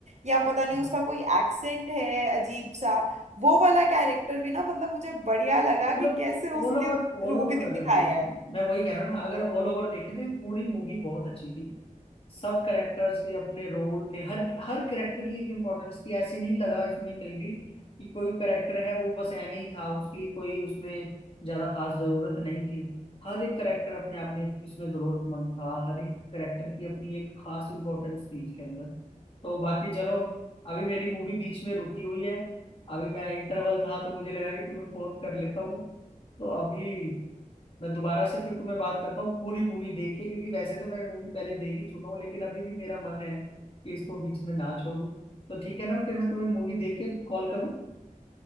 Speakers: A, on the right (about 55°); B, on the left (about 40°).
A: या पता नहीं उसका
B: हाँ,
A: कोई एक्सेंट है अजीब सा वो वाला कैरेक्टर भी ना मतलब मुझे बढ़िया लगा
B: मतलब
A: कि कैसे उसके
B: ऑल ओवर
A: थ्रू
B: ऑल ओवर
A: भी दिखाया
B: अगर देखी
A: है
B: मैं वही कह रहा हूँ ना अगर ऑल ओवर देखे तो ये पूरी मूवी बहुत अच्छी थी सब कैरेक्टर्स के अपने रोल थे हर हर कैरेक्टर की एक इम्पोर्टेंस थी ऐसे नहीं लगा इसमें कहीं भी कि कोई कैरेक्टर है वो बस ऐਵੇਂ ही था उसकी कोई उसमें ज्यादा खास जरूरत नहीं थी हर एक कैरेक्टर अपने आप में इसमें जरूरतमंद था हर एक कैरेक्टर की अपनी एक खास इम्पोर्टेंस थी इसके अंदर तो बाकी चलो अभी मेरी मूवी बीच में रुकी हुई है अभी मैं इंटरवल था तो मुझे लगा कि तुम्हें फोन कर लेता हूँ तो अभी मैं दोबारा से फिर तुम्हें बात करता हूँ पूरी मूवी देख के क्योंकि वैसे तो मैं मूवी पहले देख ही चुका हूँ लेकिन अभी भी मेरा मन है कि इसको बीच में ना छोड़ूं तो ठीक है ना फिर मैं तुम्हें मूवी देख के कॉल करूँ